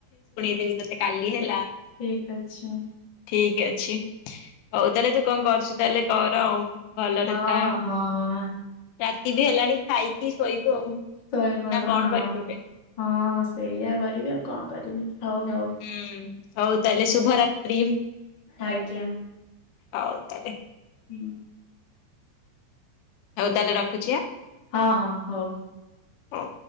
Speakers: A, on the left; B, on the left.
A: ବି ତତେ କାଲି ହେଲା।
B: ଠିକ ଅଛି।
A: ଠିକ ଅଛି ହଉ ତାହେଲେ ତୁ କଣ କରୁଛୁ ତାହେଲେ କର ଆଉ। ଭଲରେ
B: ହଁ
A: ଥା।
B: ହଁ।
A: ରାତି ବି ହେଲାଣି ଖାଇକି ଶୋଇବୁ ଆଉ।
B: ଶୋଇପଡ
A: ନା କଣ
B: ହଁ
A: କରିବୁ ଏବେ?
B: ହଁ ସେଇଆ କରିବି ଆଉ କଣ କରିବି। ହଉ ହଉ
A: ହୁଁ ହଉ। ତାହଲେ ଶୁଭରାତି।
B: ଆଜ୍ଞା।
A: ହଉ ତାଲେ।
B: ହୁଁ
A: ହଉ ତାହେଲେ ରଖୁଛିଆ?
B: ହଁ ହଁ ହଉ।
A: ହଁ